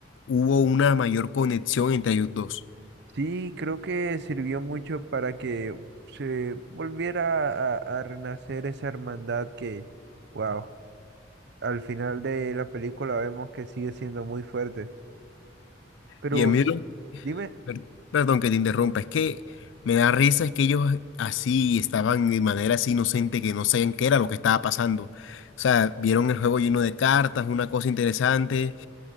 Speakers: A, on the left (about 65°); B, on the right (about 60°).
A: hubo una mayor conexión entre ellos dos.
B: Sí, creo que sirvió mucho para que se volviera a, a renacer esa hermandad que, wow. Al final de la película vemos que sigue siendo muy fuerte. Pero
A: Y a mí
B: s- dime,
A: Per- Perdón que te interrumpa, es que me da risa, es que ellos así estaban de manera así inocente que no sabían qué era lo que estaba pasando. O sea, vieron el juego lleno de cartas, una cosa interesante,